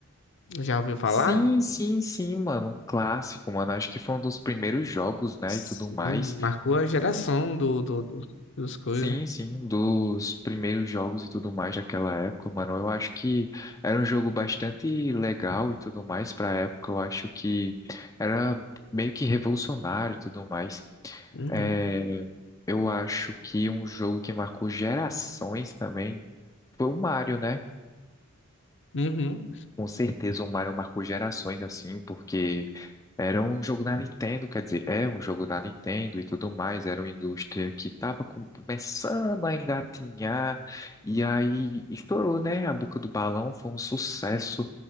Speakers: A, on the left; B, on the left.
A: já ouviu falar?
B: Sim, sim, sim, mano, um clássico, mano. Acho que foi um dos primeiros jogos, né,
A: Sim,
B: e tudo mais.
A: marcou a geração do, do, do- dos coisas.
B: Sim, sim, dos primeiros jogos e tudo mais daquela época, mano. Eu acho que era um jogo bastante legal e tudo mais pra época. Eu acho que era meio que revolucionário e tudo mais.
A: Uhum.
B: É, eu acho que um jogo que marcou gerações também foi o Mario, né?
A: Uhum.
B: Com certeza o Mario marcou gerações assim, porque era um jogo da Nintendo, quer dizer, é um jogo da Nintendo e tudo mais, era uma indústria que estava começando a engatinhar, e aí estourou, né? A boca do balão foi um sucesso